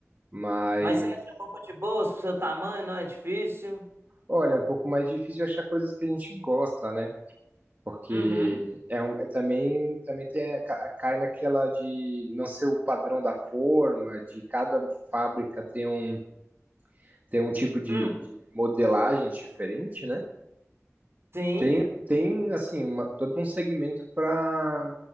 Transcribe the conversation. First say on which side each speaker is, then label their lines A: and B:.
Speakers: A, on the right; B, on the right.
A: Mas
B: Mas você acha roupa de boas pro seu tamanho, não é difícil?
A: Olha, é um pouco mais difícil achar coisas que a gente gosta, né? Porque
B: Uhum.
A: é um, é também, também tem, a- ca- cai naquela de não ser o padrão da forma, de cada fábrica ter um, ter um tipo de,
B: Hum.
A: de modelagem diferente, né?
B: Sim.
A: Tem, tem assim, uma- todo um segmento para,